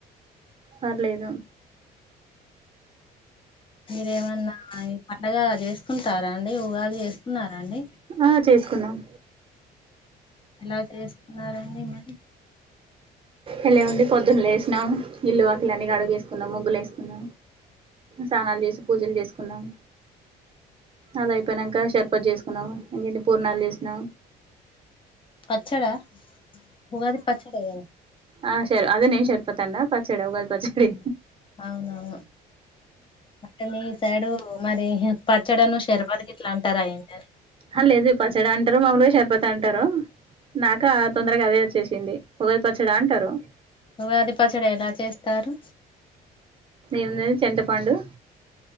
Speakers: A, on the right; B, on the left.
A: పర్లేదు
B: మీరేమన్నా ఈ పండగ చేస్త చేసుకుంటారాండి ఉగాది చేసుకున్నార అండి
A: ఆ చేసుకున్నాం
B: ఎలా చేసుకున్నారండి మరి
A: ఎలా ఉంది పొద్దున్నే లేసిన ఇల్లు వాకిలి అన్ని కడిగేసుకున్నా ముగ్గులు వేసుకున్న స్నానాలు చేసి పూజలు చేసుకున్నాం అది అయ్యిపోయినాక షర్బత్ చేసుకున్నాం ఇంకిన్ని పూర్ణాలు చేసినా
B: పచ్చడా ఉగాది పచ్చడే కదా
A: ఆ శర్ అదేనేన్ షర్బతన్నా పచ్చడ ఉగాది పచ్చడి
B: అవునవును అంటే మీ సైడూ మరి పచ్చడిను షర్బత్ గిట్లా అంటారా ఏందీ
A: అ లేదు పచ్చడంటరు మాములుగా షర్బత్ అంటరు అంటారు నాకా తొందరగా అదే వచ్చేసిందిఉగాది పచ్చడాంటరు
B: ఉగాది పచ్చడి ఎలా చేస్తారు
A: ఏముంది చింతపండు